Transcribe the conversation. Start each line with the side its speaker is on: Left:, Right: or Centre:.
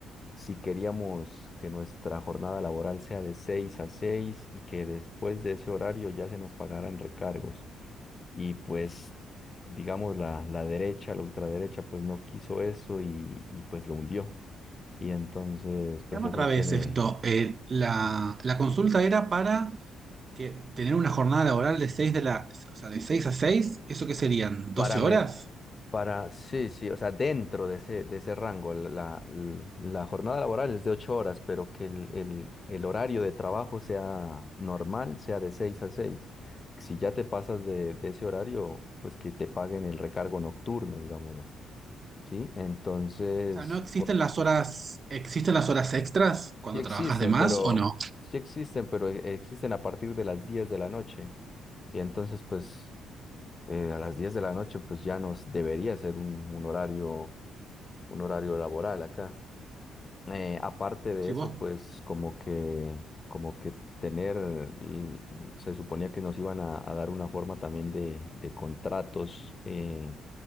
Left: si queríamos que nuestra jornada laboral sea de 6 a 6 y que después de ese horario ya se nos pagaran recargos. Y pues, digamos, la, la derecha, la ultraderecha, pues no quiso eso y, y, pues lo hundió. Y entonces, pues
Right: Llama
Left: eso
Right: otra vez
Left: tiene
Right: esto. eh, la, la consulta era para que tener una jornada laboral de 6 de la, o sea, de 6 a 6. ¿eso qué serían? Doce
Left: para me,
Right: horas?
Left: para, sí, sí, o sea, dentro de ese, de ese rango, la, la- l- la jornada laboral es de ocho horas, pero que el, el- el horario de trabajo sea normal, sea de seis a seis. Si ya te pasas de, de ese horario, pues que te paguen el recargo nocturno, digámoslo, ¿sí? Entonces,
Right: O sea, ¿no existen
Left: po-
Right: las horas, existen las horas extras cuando
Left: sí existen,
Right: trabajas de más
Left: pero,
Right: o no?
Left: sí existen, pero e- existen a partir de las 10 de la noche. Y entonces, pues, eh, a las 10 de la noche, pues ya nos debería ser un un horario un horario laboral acá. Eh, aparte de
Right: Si
Left: eso,
Right: vos,
Left: pues como que, como que tener, l- se suponía que nos iban a, a dar una forma también de, de contratos, eh,